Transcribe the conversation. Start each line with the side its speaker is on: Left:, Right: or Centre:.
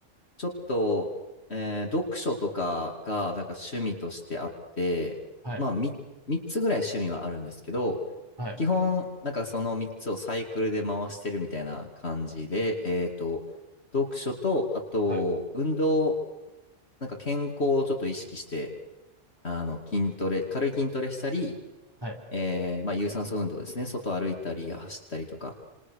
Left: ちょっと、えー読書とかが、なんか趣味としてあって、
Right: はい、
Left: まあ、み3、つぐらい趣味はあるんですけど、
Right: はい、
Left: 基本、なんかその3つをサイクルで回してるみたいな感じで、えっと、読書と、あと、
Right: はい、
Left: 運動、なんか健康をちょっと意識して、あの、筋トレ、軽い筋トレしたり、
Right: はい、
Left: えーまあ、有酸素運動ですね。外歩いたり、走ったりとか。